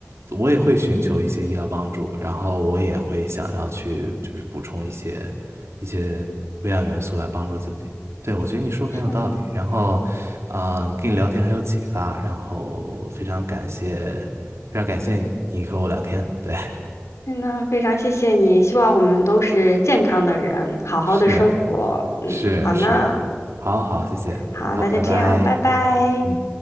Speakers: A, on the right (about 70°); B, on the left (about 85°).
A: 我也会寻求一些医疗帮助，然后我也会想要去就是补充一些一些微量元素来帮助自己。对，我觉得你说得很有道理，
B: 是呢，
A: 然后啊，跟你聊天很有启发，然后非常感谢，非常感谢你和我聊天。对，
B: 嗯那非常谢谢你，希望我们都是健康的人，
A: <laughs>
B: 好好的生活。
A: 是
B: 嗯，
A: 是是，
B: 好呢，
A: 好好，谢谢，
B: 好，
A: 好，
B: 那就这样，
A: 拜拜，
B: 拜拜。
A: 嗯。